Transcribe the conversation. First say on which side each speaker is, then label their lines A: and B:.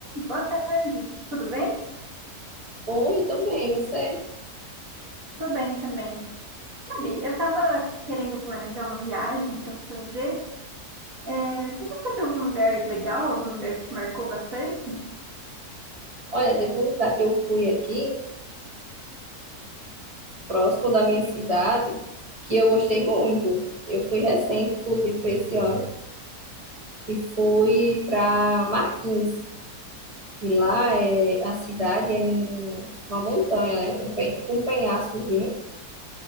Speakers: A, on the right; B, on the right.
A: Boa tarde, tudo bem?
B: Oi, tô bem, você?
A: Tô bem também. Sabe, eu tava querendo planejar uma viagem pra fazer. É, você já foi pra algum lugar legal? Algum lugar que te marcou bastante?
B: Olha, teve um lugar que eu fui aqui, próximo da minha cidade, que eu gostei muito. Eu fui recente, inclusive foi esse ano, e fui para Martins. E lá é a cidade é num- numa montanha, né? Um pen- Tipo um penhascozinho.